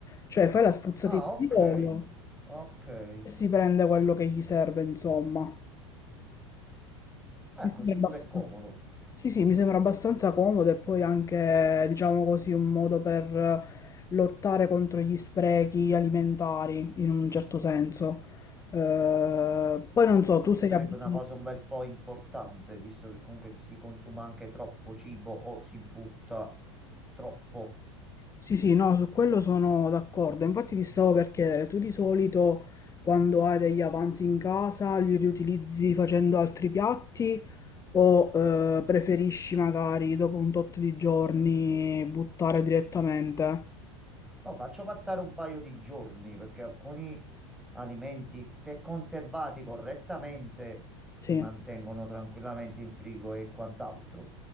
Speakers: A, on the left; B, in the centre.
A: Cioè, fai la spruzzatina
B: Ah, ok.
A: di olio
B: Ok. Eh,
A: e si prende quello che gli serve, insomma. Mi
B: così
A: sembra abbastanza...
B: pure è comodo.
A: Sì, sì, mi sembra abbastanza comodo e poi anche, diciamo così, un modo per lottare contro gli sprechi alimentari, in un certo senso. Eh, poi non so, tu
B: Che
A: sei
B: sarebbe
A: abituato...
B: una cosa un bel po' importante, visto che comunque si consuma anche troppo cibo o si butta troppo.
A: Sì, sì, no, su quello sono d'accordo. Infatti ti stavo per chiedere, tu di solito quando hai degli avanzi in casa li riutilizzi facendo altri piatti o eh, preferisci magari dopo un tot di giorni buttare direttamente?
B: No, faccio passare un paio di giorni perché alcuni alimenti, se conservati correttamente, si
A: Sì,
B: mantengono tranquillamente in frigo e quant'altro.